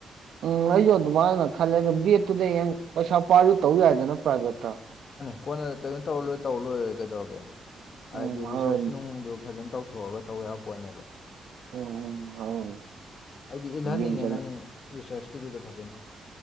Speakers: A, on the right; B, on the left.
A: ꯎꯝ ꯑꯩꯁꯨ ꯑꯗꯨꯃꯥꯏꯅ ꯈꯜꯂꯦ ꯑꯗꯨ ꯕꯦꯠꯇꯨꯗ ꯍꯌꯦꯡ ꯄꯩꯁꯥ ꯄꯥꯏꯁꯨꯨ ꯇꯧ ꯌꯥꯏꯗꯅ ꯒꯠꯇ
B: ꯑꯩꯈꯣꯏꯅ ꯀꯩꯅꯣ ꯇꯧꯔ ꯂꯣꯏ ꯇꯧꯔ ꯂꯣꯏꯔꯣꯏ ꯀꯩꯗꯧꯔꯒꯦ ꯍꯥꯏꯗꯤ
A: ꯎꯝ ꯍꯣꯏ
B: ꯔꯤꯁꯔꯁ ꯅꯨꯡꯗꯨ ꯐꯖꯅ ꯇꯧꯊꯣꯛꯑꯒ ꯇꯧꯕ ꯌꯥꯕ ꯄꯣꯠꯅꯦꯕ
A: ꯎꯝ ꯍꯣꯏ
B: ꯑꯩꯗꯤ ꯏꯜꯍꯟꯅꯤꯡꯉꯦ
A: ꯌꯦꯡꯖꯜꯂ
B: ꯅꯪ ꯔꯤꯁꯁ ꯤꯗꯨꯗ ꯐꯖꯅ